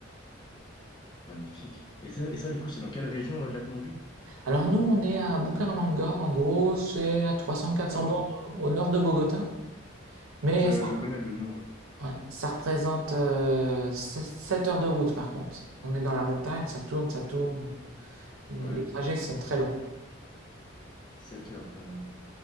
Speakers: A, on the left (about 20°); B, on the right (about 80°).
A: Magnifique. Et ça, et ça du coup c'est dans quelle région euh, de la Colombie?
B: Alors nous, on est à Bucaramanga. En gros, c'est à 300-400
A: Ouais ouais,
B: bornes au au nord de Bogota. Mais
A: je,
B: ça
A: je connais le nom. ouais.
B: Ouais, ça représente euh, se- heures de route par contre. On est dans la montagne, ça tourne, ça tourne. Les,
A: Ouais,
B: les trajets sont très longs.
A: 7 heures quand même. ouais.